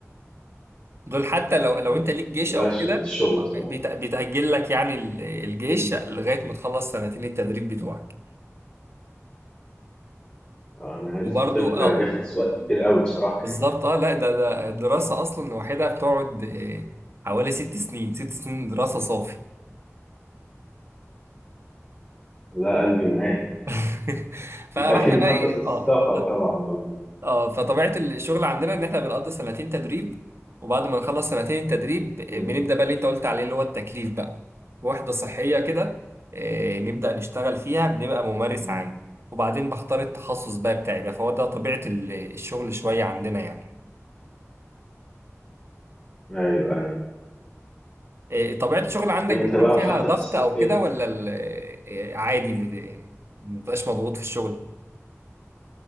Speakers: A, on the right; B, on the left.
A: دول حتى لو لو
B: مم،
A: انت ليك جيش
B: لا
A: او
B: ش-
A: كده
B: الشغل
A: آه،
B: بصراحة
A: بيت- بيتأجل لك يعني ال- الجيش
B: مم.
A: لغاية ما تخلص سنتين التدريب بتوعك
B: آه أنا عارف
A: وبرضو
B: الطب
A: اه
B: بياخد وقت كبير أوي بصراحة يعني
A: بالظبط اه لا ده ده الدراسة اصلا لوحدها بتقعد آه، حوالي ست سنين ست سنين دراسة صافي
B: لا قلبي معاك
A: <laughs> فاحنا
B: أنت أكيد مخطط
A: بقى ايه
B: للسفر
A: اه
B: طبعا والله
A: اه فطبيعة الشغل عندنا ان احنا بنقضي سنتين تدريب وبعد ما نخلص سنتين التدريب بنبدأ
B: مم،
A: بقى اللي انت قلت عليه اللي هو التكليف بقى وحدة صحية كده آه، نبدأ نشتغل فيها بنبقى ممارس
B: مم.
A: عام وبعدين بختار التخصص بقى بتاعي بقى فهو ده طبيعة ال- الشغل شوية عندنا يعني
B: أيوه أيوه
A: آه، طبيعة الشغل عندك
B: وأنت
A: بيكون
B: بقى
A: فيها
B: مخطط
A: ضغط
B: تسافر
A: او
B: فين؟
A: كده ولا ال- آه، عادي بت- مبتبقاش مضغوط في الشغل